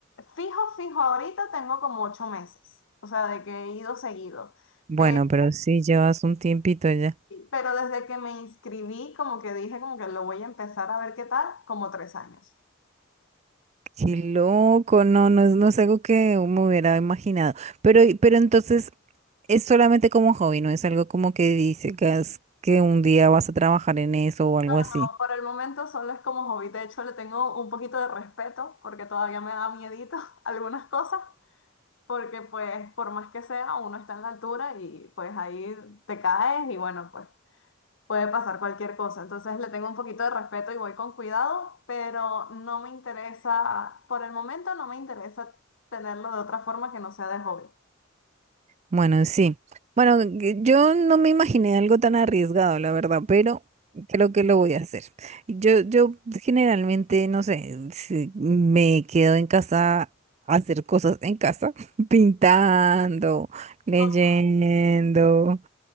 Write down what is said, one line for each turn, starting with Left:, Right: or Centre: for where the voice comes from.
Left: fijo, fijo, ahorita tengo como ocho meses, o sea, de que he ido seguido,
Right: Bueno,
Left: pero,
Right: pero sí llevas un tiempito ya.
Left: pero desde que me inscribí, como que dije, como que lo voy a empezar a ver qué tal, como tres años.
Right: Qué loco, no, no es, no es algo que me hubiera imaginado. Pero, pero entonces es solamente como hobby, no es algo como que dices que, es- que un día vas a trabajar en eso o algo
Left: No,
Right: así.
Left: por el momento solo es como hobby, de hecho le tengo un poquito de respeto porque todavía me da miedito <laughs> algunas cosas, porque pues por más que sea, uno está en la altura y pues ahí te caes y bueno, pues Puede pasar cualquier cosa, entonces le tengo un poquito de respeto y voy con cuidado, pero no me interesa, por el momento no me interesa tenerlo de otra forma que no sea de hobby.
Right: Bueno, sí. Bueno, que yo no me imaginé algo tan arriesgado, la verdad, pero creo que lo voy a hacer. Yo, yo generalmente, no sé, si me quedo en casa a hacer cosas en casa, <laughs> pintando, leyendo,
Left: O-